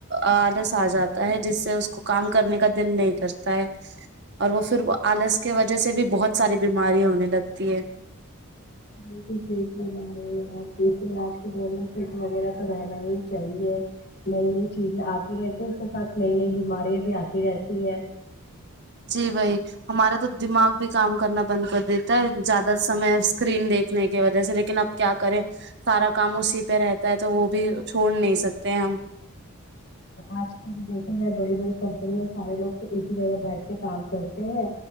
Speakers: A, on the right; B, on the left.
A: آلس آ جاتا ہے جس سے کو کام کرنے کا دل نہیں کرتا ہے اور وہ پھر آلس کی وجہ سے بھی بہت ساری بیماری ہونے لگتی ہے
B: بالکل سیٹ لگا رہے ہیںپ اس لیے آج کے دور میں سٹ وغیرہ تو رہنا ہی چاہیے نئی نئی چیزیں آتی رہتی اس کے ساتھ نئی نئی بیماریاں بھی آتی رہتی ہے
A: جی وہی ہمارا تو دماغ بھی کام کرنا بند کر دیتا ہے زیادہ سمے اسکرین دیکھنے کی وجہ سے لیکن اب کیا کریں سارا کام اسی پہ رہتا ہے تو وہ بھی چھوڑ نہیں سکتے ہم
B: آج تک دیکھا جائے بڑی بڑی کمپنی میں سارے لوگ تو ایک ہی جگہ بیٹھ کے کام کرتے ہیں